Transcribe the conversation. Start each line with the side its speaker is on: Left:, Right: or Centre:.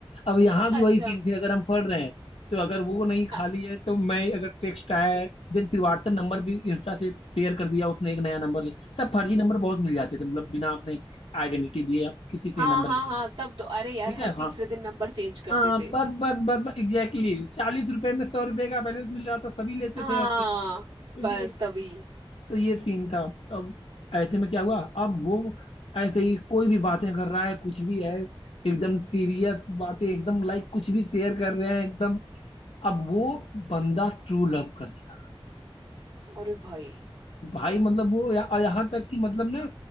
Left: अब यहाँ भी
Right: अच्छा
Left: वही सेम थिंग अगर हम पढ़ रहे हैं तो अगर वो नहीं खाली
Right: अ-
Left: है तो मैं अगर टेक्स्ट आया है देन फिर व्हाट्सएप नंबर भी इंस्टा से शेयर कर दिया उसने एक नया नंबर ले तब फर्जी नंबर बहुत मिल जाते थे मतलब बिना आपने आइडेंटिटी दिए आप किसी से
Right: हाँ
Left: नंबर
Right: हाँ
Left: ले लो
Right: हाँ तब तो अरे यार
Left: ठीक
Right: हर
Left: है हाँ
Right: तीसरे दिन नंबर चेंज करते
Left: हाँ
Right: थे
Left: बस बस बस बस एग्जैक्टली चालीस रुपए में सौ रुपए का बैलेंस मिल रहा था सभी लेते
Right: हाँ
Left: थे ऐसे तो
Right: बस
Left: ये
Right: तभी
Left: तो ये सीन था अब ऐसे में क्या हुआ अब वो ऐसे ही कोई भी बातें कर रहा है कुछ भी है एकदम सीरियस बातें एकदम लाइक कुछ भी शेयर कर रहे हैं एकदम अब वो बंदा ट्रू लव करने लगा
Right: अरे भाई
Left: भाई मतलब वो या, यहाँ तक कि मतलब ना